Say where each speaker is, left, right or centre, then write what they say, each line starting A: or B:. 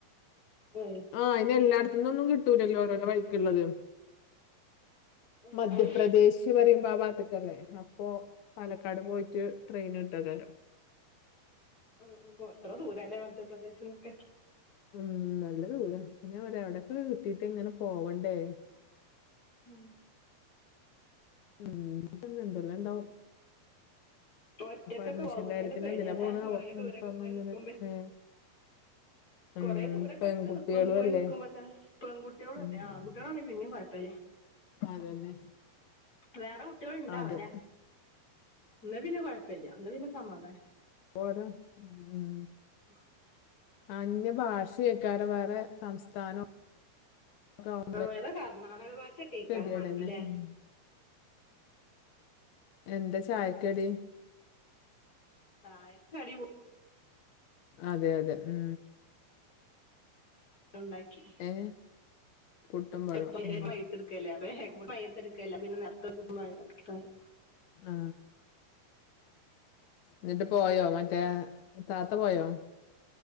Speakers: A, on the left; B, on the left.
A: ഉം
B: ആഹ് അയിന് എല്ലായിടത്തിനൊന്നും കിട്ടൂലല്ലോ ഓരോ ഓരോ വഴിക്കുള്ളത്
A: ഉം,
B: മധ്യപ്രദേശ്
A: ഉം.
B: പറയുമ്പോ ആ ഭഗത്ത്ക്കല്ലേ അപ്പോ പാലക്കാട് പോയിട്ട് ട്രെയിന് കിട്ടോക്കാരം
A: ആ ആ എത്ര ദൂരല്ലേ മധ്യപ്രദേശ് യോക്കെ
B: ഉം നല്ല ദൂരം പിന്നെ ഞാൻ പറ എവിടക് കിട്ടീട്ട് ഇങ്ങനെ പോവണ്ടേ
A: ഉം
B: ഉം കിട്ടുന്നുല്ലോ ണ്ടാവും
A: ഒറ്റക്കൊക്കെ
B: അഡ്മിഷന്റെ
A: പോകുമ്പോ
B: കാര്യത്തിന്
A: തന്നെ പേടിയാ
B: എന്തിനാ
A: ലെ
B: പോണ
A: കൊറേ ദൂരൊക്കെ
B: പറഞ്ഞിട്ട്.
A: പോയി നിക്കുമ്പോ
B: ഉം
A: കൊറെ ദൂരെ ക്കെ
B: പെൺകുട്ടികളും
A: ഒറ്റക് നിക്കേ പോയി
B: അല്ലേ
A: നിക്കുമ്പോത്തന്നെ പെൺകുട്ടിലും
B: ഉം
A: അല്ലേ ആണ് കൂട്ടാളാണെങ്കിൽ പിന്നേം കുഴപ്പല്ലേ
B: അതന്നെ
A: വേറെ കുട്ടികളോണ്ടാവല്ലേ
B: അതെ
A: എന്നാ പിന്നെ കൊഴപ്പില്ല എന്നാ പിന്നെ സമാധാനം
B: പോരാ ഉ ഉം
A: <inaudible>
B: അന്യ ഭാഷയേക്കാരം വേറെ സംസ്ഥാനം ഒക്കെ ആവുമ്പളേ
A: അവിടെ കർണാടക ഭാഷക്കെക്കാരം
B: ഗതികേടെന്നെ
A: മാണെങ്കിലേ
B: ഉം എന്താ ചായക്ക് ക്കടി
A: ചായക്ക് ക്കടി കടി പു
B: അതെ അതെ ഉം
A: ഉണ്ടാക്കി
B: ഏ പുട്ടും
A: <unintelligible>
B: പഴോം ഉം
A: മയ്യിത്ത് എടുക്കല്ലേ <unintelligible> മയ്യിത്ത് എടുക്കല്ലേ പിന്നെ <unintelligible>
B: ആ ന്ന്ട്ട് പോയോ മറ്റേ താത്ത പോയോ